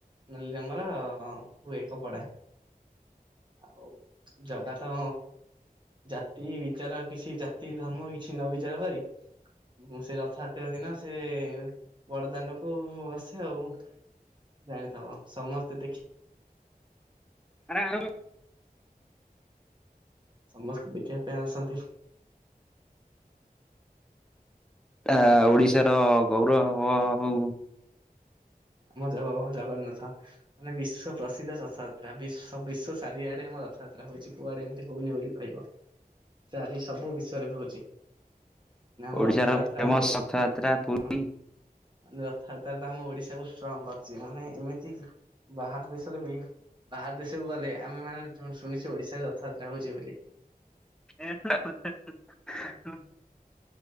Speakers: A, on the right; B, in the centre.
A: ନାଲି ରଙ୍ଗର ହୁଏ କପଡା। ଆଉ ଜଗା ତ ଜାତି ବିଚାର କିଛି ଜାତି ଧର୍ମ କି କିଛି ନ ବିଚାର କରି ମୁଁ ସେ ରଥଯାତ୍ରା ଦିନ। ସେ ବଡଦାଣ୍ଡକୁ ଆସେ ଆଉ। ଜାଣିଥବ ସମସ୍ତେ ଦେଖି
B: ଆରେ ଆଣୁନୁ।
A: ସମସ୍ତେ ଦେଖିବା ପାଇଁ ଆସନ୍ତି।
B: ତା ଓଡିଶାର ଗୌରବ ଆଉ।
A: ଆମ ଜ ଜଗନ୍ନାଥ। ମାନେ ବିଶ୍ୱ ପ୍ରସିଦ୍ଧ ରଥଯାତ୍ରା ବିଶ୍ୱ ବିଶ୍ୱ ଚାରିଆଡେ ଆମ ରଥଯାତ୍ରା ହଉଛି କୁଆଡେ ଏମିତି ହଉନି ବୋଲି ରହିବ ଚାରି ସବୁ ବିଶ୍ୱରେ ହଉଛି। ନା ଆମ
B: ଓଡିଶାର
A: ରଥଯାତ୍ରା
B: ଫେମସ
A: ଆମ
B: ରଥଯାତ୍ରା ପୁରୀ
A: ହଁ ରଥଯାତ୍ରା ତ ଆମ ଓଡିଶାକୁ ଷ୍ଟ୍ରଙ୍ଗ କରିଛି ମାନେ ଏମିତି କି ବାହାର ଦେଶରେ ବି। ବାହାର ଦେଶକୁ ଗଲେ ଆମେ ମାନେ <unintelligible> ଶୁଣିଛୁ ଓଡିଶାରେ ରଥଯାତ୍ରା ହଉଛି ବୋଲି।
B: ହେଁ ହେଁ ହେଁ ହେଁ ହେଁ ହେଁ।